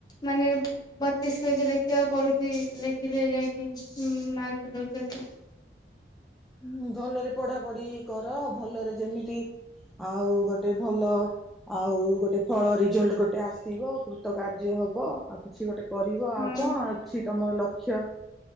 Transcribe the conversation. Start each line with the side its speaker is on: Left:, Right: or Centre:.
Left: ମାନେ ବତିଶ ପେଜ ଲେଖିବାକୁ ପଡୁଛି ଲେଖିଲେ ଯାଇକି ମ୍- ମାର୍କ ଦଉଛନ୍ତି। <inaudible>
Centre: ହୁଁ ଭଲରେ ପଢାପଢି କର ଭଲରେ ଯେମିତି ଆଉ ଗୋଟେ ଭଲ ଆଉ ଗୋଟେ ଫଳ ରେଜଲ୍ଟ ଗୋଟେ ଆସିବ କୃତ କାର୍ଯ୍ୟ ହବ ଆଉ କିଛି ଗୋଟେ କରିବ
Left: ହଁ
Centre: ଆଉ କଣ ଅଛି ତମର ଲକ୍ଷ୍ୟ?